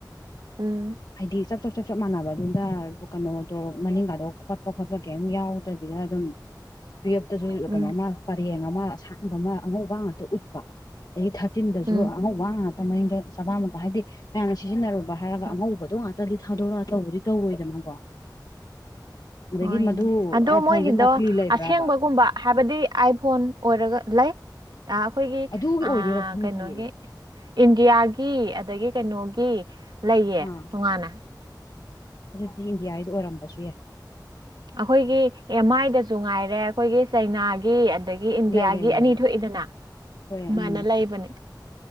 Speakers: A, on the right; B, on the left.
A: ꯎꯝ
B: ꯍꯥꯏꯗꯤ ꯆꯞ ꯆꯞ ꯆꯞ ꯆꯞ ꯃꯥꯟꯅꯕꯗꯨꯗ ꯀꯩꯅꯣꯗꯣ ꯃꯅꯤꯡꯡꯒꯥꯗꯣ ꯈꯣꯠꯄ ꯈꯣꯠꯄ ꯀꯩꯝ ꯌꯥꯎꯗꯦ ꯕꯤꯗ ꯑꯗꯨꯝ ꯇꯨꯌꯦꯞꯇꯁꯨ
A: ꯎꯝ
B: ꯀꯩꯅꯣꯃ ꯄꯔꯦꯡ ꯑꯃ ꯑꯁꯥꯡꯕ ꯑꯃ ꯑꯉꯧꯕ ꯉꯥꯛꯇ ꯎꯠꯄ ꯑꯗꯒꯤ ꯊꯥꯔꯇꯤꯟꯗꯁꯨ
A: ꯎꯝ
B: ꯑꯉꯧꯕ ꯉꯥꯛꯇ ꯃꯅꯤꯡꯗ <unintelligible> ꯍꯥꯏꯗꯤ ꯃꯌꯥꯝꯅ ꯁꯤꯖꯤꯟꯅꯔꯨꯕ ꯍꯥꯏꯔꯒ
A: ꯎꯝ
B: ꯑꯉꯧꯕ ꯑꯗꯣ ꯉꯥꯛꯇꯗꯤ ꯊꯥꯗꯣꯔꯛꯑꯒ ꯇꯧꯕꯗꯤ ꯇꯧꯔꯣꯏꯗꯅꯀꯣ ꯑꯗꯒꯤ
A: ꯍꯣꯏꯅꯦ
B: ꯃꯗꯨ
A: ꯑꯗꯣ
B: ꯑꯥꯏꯐꯣꯟꯁꯦ
A: ꯃꯣꯏꯒꯤꯗꯣ
B: ꯅꯀꯂꯤ ꯂꯩꯕ꯭ꯔꯕ
A: ꯑꯁꯦꯡꯕꯒꯨꯝꯕ ꯍꯥꯏꯕꯗꯤ ꯑꯥꯏꯐꯣꯟ ꯑꯣꯏꯔꯒ ꯂꯩ ꯑ ꯑꯩꯈꯣꯏꯒꯤ
B: ꯑꯗꯨꯒꯤ
A: ꯑ
B: ꯑꯣꯏꯗꯣꯏꯔꯥ ꯈꯪꯗꯤꯌꯦ
A: ꯀꯩꯅꯣꯒꯤ ꯏꯟꯗꯤꯌꯥꯒꯤ ꯑꯗꯒꯤ ꯀꯩꯅꯣꯒꯤ ꯂꯩꯌꯦ
B: ꯑꯥ
A: ꯇꯣꯉꯥꯟꯅ
B: ꯑꯗꯨꯗꯤ ꯏꯟꯗꯤꯌꯥꯒꯤꯗꯣ ꯑꯣꯏꯔꯝꯕꯁꯨ ꯌꯥꯏ
A: ꯑꯩꯈꯣꯏꯒꯤ ꯑꯦꯝ ꯑꯥꯏꯗꯁꯨ ꯉꯥꯏꯔꯦ ꯑꯩꯈꯣꯏꯒꯤ ꯆꯩꯅꯥꯒꯤ ꯑꯗꯒꯤ ꯏꯟꯗꯤꯌꯥꯒꯤ
B: ꯂꯩ ꯂꯩ ꯂꯩ
A: ꯑꯅꯤ
B: ꯂꯩ
A: ꯊꯣꯛꯏꯗꯅ ꯑꯗꯨꯃꯥꯏꯅ
B: ꯍꯣꯏ ꯎꯝ
A: ꯂꯩꯕꯅꯦ